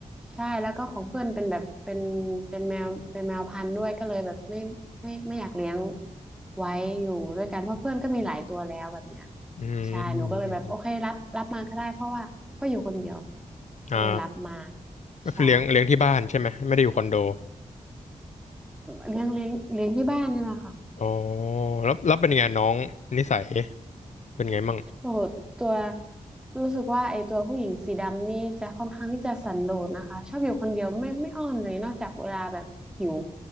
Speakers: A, in the centre; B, on the left.
A: ใช่แล้วก็ของเพื่อนเป็นแบบเป็นเป็นแมวเป็นแมวพันธุ์ด้วยก็เลยแบบไม่ไม่ไม่อยากเลี้ยงไว้อยู่ด้วยกันเพราะเพื่อนก็มีหลายตัวแล้วแบบเนี้ย
B: อืมอืมอืมอม
A: ใช่หนูก็เลยแบบโอเครับรับมาก็ได้เพราะว่าก็อยู่คนเดียวก็เลยรับมา
B: อ่าก็คือเลี้ยงเลี้ยงที่บ้านใช่ไหมไม่ได้อยู่คอนโด
A: ใช่เลี้ยงเลี้ยงเลี้ยงที่บ้านนี่แหละค่ะ
B: อ๋อแล้วแล้วเป็นไงน้องนิสัยเป็นไงมั่ง
A: โอ้ตัวรู้สึกว่าไอ้ตัวผู้หญิงสีดำนี่จะค่อนข้างที่จะสันโดษนะคะชอบอยู่คนเดียวไม่ไม่อ้อนเลยนอกจากเวลาแบบหิว